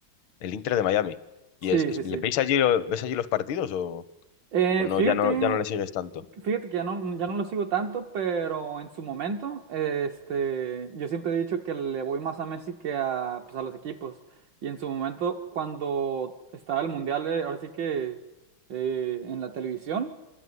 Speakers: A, on the left (about 80°); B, on the right (about 65°).
A: el Inter de Miami. ¿Y
B: Sí,
A: es, es-
B: sí,
A: ¿le
B: sí.
A: veis allí, ves allí los partidos o,
B: Eh,
A: o no,
B: fíjate
A: ya no, ya no le sigues tanto?
B: Fíjate que ya no, ya no lo sigo tanto, pero en su momento, este, yo siempre he dicho que le voy más a Messi que a, pues, a los equipos. Y en su momento, cuando estaba el Mundial, eh, ahora sí que eh, en la televisión,